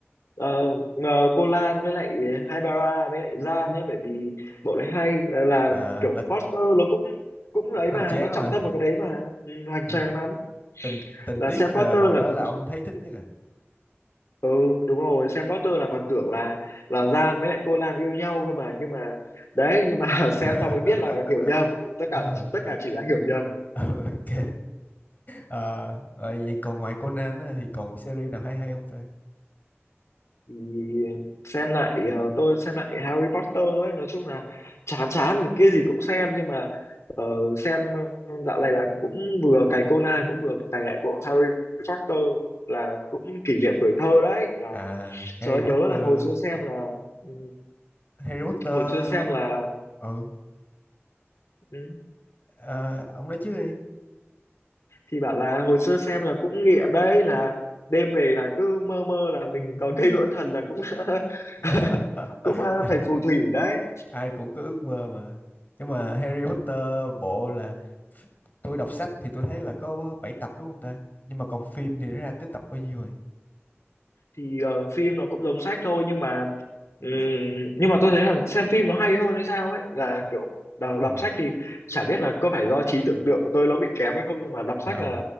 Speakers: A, on the left (about 85°); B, on the left (about 40°).
A: ờ, ờ, cô Lan với lại Haibara với lại Gian ấy bởi vì bộ đấy hay là, là
B: À,
A: kiểu
B: là
A: foster nó cũng cũng ấy
B: hoành
A: mà
B: tráng
A: nó trọng
B: lắm mà.
A: tâm vào cái đấy mà ừ, hoành
B: À,
A: tráng lắm
B: tình tình
A: là
B: tiết
A: xem
B: là
A: poster
B: bộ
A: là
B: đó
A: còn
B: là ông thấy thích nhất à.
A: ừ đúng rồi xem poster là còn tưởng là là Gian với lại cô Lan yêu nhau cơ mà nhưng mà đấy nhưng mà <laughs>
B: <laughs>
A: xem xong mới biết là hiểu nhầm tất cả
B: Ờ,
A: tất cả chỉ là hiểu nhầm
B: ok. Ờ, rồi vậy còn ngoài Conan á, thì còn series nào hay hay không ta?
A: thì xem lại ờ, tôi xem lại Harry Potter ấy nói chung là chán chán thì cái gì cũng xem nhưng mà ờ, xem ờ, dạo này là cũng vừa cày Conan cũng vừa cày lại bộ Harry Potter là cũng kỷ niệm tuổi thơ đấy là
B: À Harry
A: trời ơi,
B: Potter,
A: nhớ là hồi xưa xem là ừ,
B: Harry Potter
A: hồi xưa xem là
B: ừ
A: ừ,
B: Ờ, ông nói trước đi
A: thì bảo là hồi xưa xem là cũng nghiện đấy là đêm về là cứ mơ mơ là mình có cây đũa thần là cũng <laughs>
B: <laughs>
A: cũng ờ,
B: ai
A: thành phù thủy đấy
B: ai cũng có ước mơ mà nhưng mà Harry Potter bộ là tôi đọc sách thì tôi thấy là có 7 tập đúng không ta nhưng mà còn phim thì nó ra tới tập bao nhiêu rồi
A: thì ờ, phim nó cũng giống sách thôi nhưng mà ừm, nhưng mà tôi thấy là xem phim nó hay hơn hay sao ấy là kiểu đọc,
B: Ừ.
A: đọc sách thì chả biết là có phải do trí tưởng tượng của tôi nó bị kém hay không nhưng mà đọc sách
B: ờ
A: là